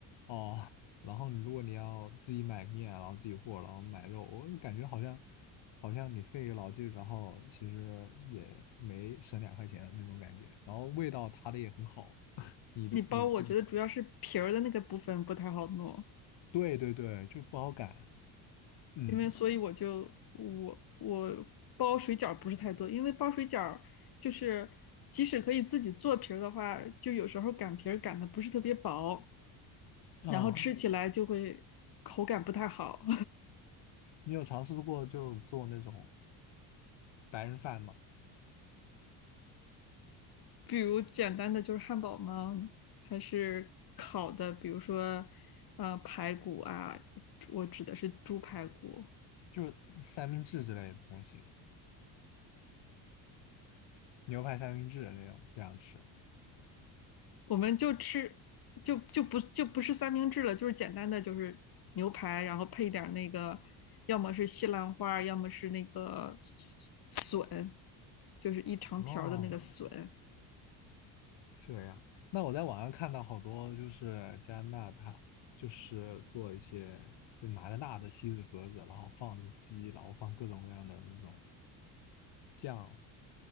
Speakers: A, on the left; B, on the left.
A: 哦，然后你如果你要自己买面啊，然后自己和，然后买肉，我感觉好像好像你费一个老劲，然后其实也没省两块钱的那种感觉。然后味道它的也很好，<laughs> 你的你自己
B: 你包我觉得主要是皮儿的那个部分不太好弄，
A: 对对对，就不好擀。嗯
B: 因为所以我就我我包水饺不是太多，因为包水饺就是即使可以自己做皮儿的话，就有时候擀皮儿擀的不是特别薄。
A: 哦，
B: 然后吃起来就会口感不太好
A: 你有尝试过就做那种白人饭吗？
B: <laughs>。比如简单的就是汉堡吗？还是烤的，比如说呃排骨啊，我指的是猪排骨，
A: 就是三明治之类的东西，牛排三明治那种这样吃。
B: 我们就吃就就不就不是三明治了，就是简单的就是牛排，然后配点那个，要么是西兰花，要么是那个笋，就是一长条的那个笋，
A: 哦这样，那我在网上看到好多就是加拿大，就是做一些，就拿个大的锡纸盒子，然后放只鸡，然后放各种各样的那种酱、